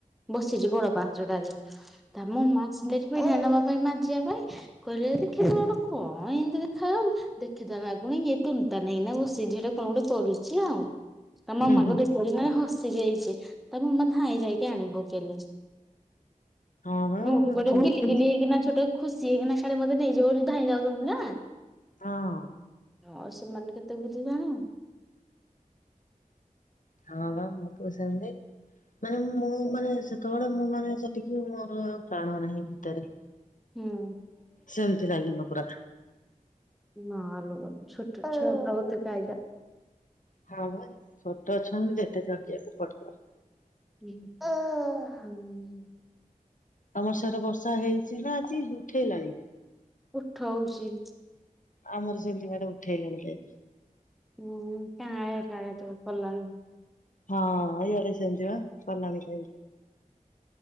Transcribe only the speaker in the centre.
ବସିଛି ବଡ ପାହାଚଟାରେ ତା ମୋ <unintelligible> ଝୀ ପିଢା ନବା ପାଇଁ ମାଜିବା ପାଇଁ କହିଲେ ଦେଖେ ତ କଣ ଏମିତି ଦେ ଖା ଯାଉ ଦେଖିଦେଲା <unintelligible> ଇଏ ତୁନ୍ ତାନ୍ ହେଇକିନା ବସିଚି ଝିଅଟା କଣ ଗୋଟେ କରୁଛି ଆଉ। ତା ମାମାକୁ
ଦେଖି <unintelligible> ମାନେ ହସି ଦେଇଛି। ତା ମାମା ଧାଇଁ ଯାଇକି ଆଣି ପକେଇଲେ।
ନଉଟି ପଡ଼ିବ
<inaudible> କିନା ଛୋଟ। ଖୁସି ହେଇକିନା କାଳେ ମତେ ନେଇଯିବ ବୋଲି ଧାଇଁ ଯାଉଛନ୍ତି ନା।
ଆଉ ସେମାନେ କେତେ <unintelligible>
ହୁଁ।
ମା ଲୋ ଛୋଟ <inaudible>
ହୁଁ - ହୁଁ ।
ଉଠଉଛି,
ହୁଁ କାଁ କାଳେ ତୁ କଲାଣି।